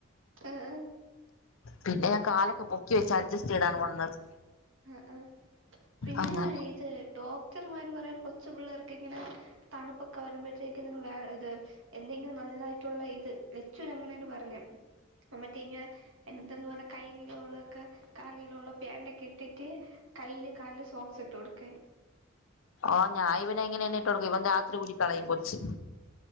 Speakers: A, on the right; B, on the left.
A: ഹ്ഹ്.
B: പിന്നെ ഞാൻ കാലൊക്കെ പൊക്കി വെച്ച് അഡ്ജസ്റ്റ് ചെയ്താണ് വന്നത്.
A: ആ ആ പിന്നെ
B: അങ്ങനെ
A: ഇത് ഡോക്ടർമാര് പറയാൻ കൊച് പിള്ളേർക്ക് ഇങ്ങനെ തണുപ്പൊക്കെ വരുമ്പോഴ ത് എന്തെങ്കിലും നായിട്ടുള്ള ഇത് ലച്ച <unintelligible> പർ ഞ്ഞു അമ്മക്കി ങ്ങനെ. കൈ നീള്ളൊള്ളക്കെ കാല്നീള്ള വേണ്ടക്കെ ഇട്ടിട്ട് കയ്യിലും കാലും സോക്സ് ഇട്ട് കൊടുക്ക
B: ആഹ ഞാൻവെ എങ്ങനെ എന്നെ ഇട്ട് കൊടുക്ക ഇവൻ രാത്രി ഊരി കളയും കൊച്ച്